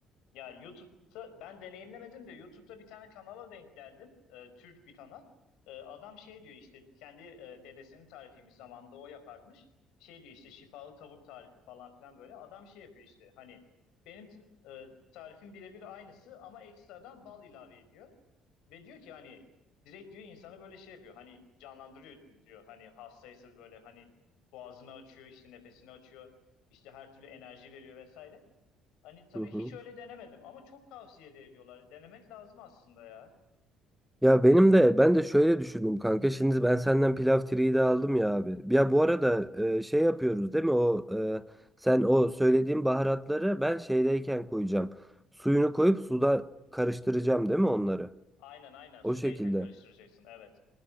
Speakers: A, on the left; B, in the centre.
A: Ya YouTube'da ben deneyimlemedim de YouTube'da bir tane kanala denk geldim. Ee, Türk bir kanal. Ee, adam şey diyor işte kendi e, dedesinin tarifiymiş zamanında o yaparmış. Şey diyor işte şifalı tavuk tarifi falan filan böyle. Adam şey yapıyor işte hani benim t- e, tarifim birebir aynısı ama ekstradan bal ilave ediyor. Ve diyor ki hani direkt diyor insanı böyle şey yapıyor. Hani canlandırıyor diyor. Hani hastaysa böyle hani boğazını açıyor, işte nefesini açıyor. işte her türlü enerji veriyor vesaire. Hani tabii
B: Hı hı.
A: hiç öyle denemedim ama çok tavsiye de ediyorlar. Denemek lazım aslında ya.
B: Ya benim de ben de şöyle düşündüm kanka. Şimdi ben senden pilav triyi de aldım ya abi. Ya bu arada
A: Hı.
B: e, şey yapıyoruz değil mi? O e, sen o söylediğin baharatları ben şeydeyken koyacağım. Suyunu koyup suda karıştıracağım değil mi onları?
A: Aynen aynen sudayken
B: O şekilde.
A: karıştıracaksın evet.